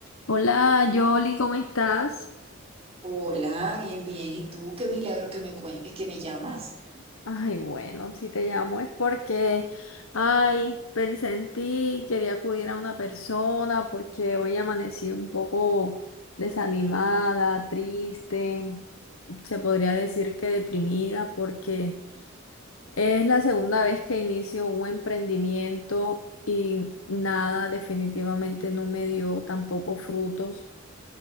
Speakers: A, on the left; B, on the right.
A: Hola, Yoli, ¿cómo estás?
B: Hola, bien, bien. ¿Y tú? Qué milagro que me cuen- que me llamas.
A: Ay, bueno, si te llamo es porque, ay, pensé en ti, quería acudir a una persona porque hoy amanecí un poco desanimada, triste, se podría decir que deprimida porque es la segunda vez que inicio un emprendimiento y nada, definitivamente no me dio tampoco frutos.